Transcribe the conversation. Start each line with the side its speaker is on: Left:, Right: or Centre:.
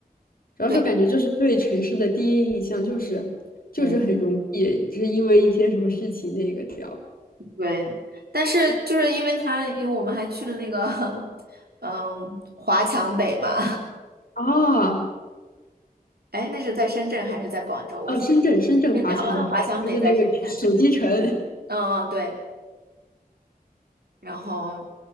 Left: 主要是感觉就是对城市的第一印象就是就是很容易，
Right: 对，嗯。
Left: 就是因为一些什么事情那个掉。
Right: 对，但是就是因为他，因为我们还去了那个，<laughs> 嗯，华强北嘛，
Left: 啊
Right: <laughs> 哎，那是在深圳还是在广州？我想，
Left: 哦，深圳深圳华强北就是那个手机城。
Right: 深圳哦，那华强北在深圳，嗯嗯，对，然后